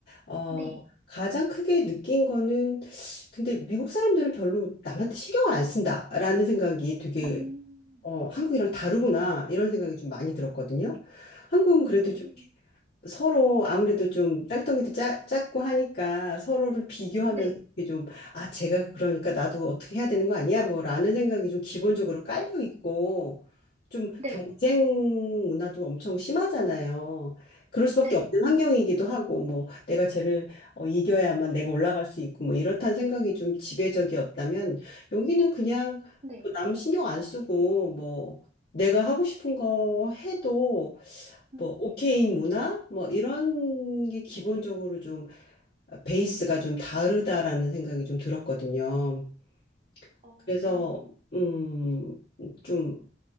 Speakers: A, on the left; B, on the right.
A: 어,
B: 네.
A: 가장 크게 느낀 거는, 근데 미국 사람들은 별로 남한테 신경을 안 쓴다라는 생각이 되게,
B: 음.
A: 어, 한국이랑 다르구나, 이런 생각이 좀 많이 들었거든요. 한국은 그래도
B: 오.
A: 좀 서로 아무래도 좀 땅덩이도 작, 작고 하니까 서로를 비교하면서
B: 네.
A: 이게 좀, 아, 제가 그러니까 나도 어떻게 해야 되는 거 아니야? 뭐 라는 생각이 좀 기본적으로 깔려 있고 좀
B: 네.
A: 경쟁 문화도 엄청 심하잖아요. 그럴 수밖에
B: 네.
A: 없는 환경이기도 하고 뭐 내가 쟤를 어, 이겨야만 내가 올라갈 수 있고 뭐 이렇다는 생각이 좀 지배적이었다면 여기는 그냥
B: 네.
A: 뭐남 신경 안 쓰고 뭐 내가 하고 싶은 거 해도
B: 음.
A: 뭐 오케인 문화 뭐 이런 게 기본적으로
B: 어.
A: 좀 베이스가 좀 다르다라는 생각이 좀 들었거든요.
B: 어.
A: 그래서 음좀